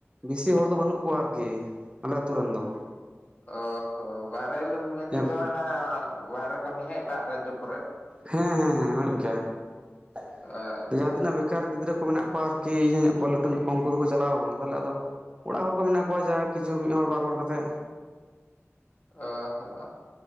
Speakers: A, on the right (about 20°); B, on the left (about 35°).
A: ᱵᱮᱥᱤ ᱦᱚᱲ ᱫᱚ ᱵᱟᱹᱱᱩᱜ ᱠᱚᱣᱟ ᱟᱨᱠᱤ ᱟᱞᱮ ᱟᱹᱛᱩ ᱨᱮᱱ ᱫᱚ᱾
B: ᱚ ᱦᱚᱸ ᱵᱟᱦᱨᱮ ᱨᱮ ᱢᱮᱱ
A: ᱦᱮᱸ
B: ᱛᱮᱫᱚ ᱦᱟᱱᱟ ᱵᱟᱦᱨᱮ ᱠᱟᱹᱢᱤ ᱦᱮ ᱮᱴᱟᱜ ᱨᱟᱡᱽᱡᱚ ᱠᱚᱨᱮ᱾
A: ᱦᱮᱸ ᱦᱮᱸ ᱦᱮ ᱤᱱᱠᱟ <inaudible>
B: ᱟᱪᱪᱷᱟ
A: ᱡᱟᱦᱟᱸ ᱛᱤᱱᱟᱹᱜ ᱠᱟᱨ ᱜᱤᱫᱽᱨᱟᱹ ᱠᱚ ᱢᱮᱱᱟᱜ ᱠᱚᱣᱟ ᱟᱨᱠᱤ ᱤᱭᱟᱹ ᱧᱚᱜ ᱠᱚ ᱞᱟᱹᱴᱩ ᱧᱚᱜ ᱠᱚᱣᱟ ᱩᱱᱠᱩ ᱫᱚᱠᱚ ᱪᱟᱞᱟᱣ ᱠᱟᱱᱟ ᱛᱟᱦᱚᱞᱮ ᱟᱫᱚ ᱚᱲᱟᱜ ᱦᱚᱲ ᱠᱚ ᱢᱮᱱᱟᱜ ᱠᱚᱣᱟ ᱡᱟᱦᱟ ᱠᱤᱪᱷᱩ ᱢᱤᱫ ᱦᱚᱲ ᱵᱟᱨ ᱦᱚᱲ ᱠᱟᱛᱮᱜ
B: ᱚ ᱦᱟᱸᱜᱼᱟ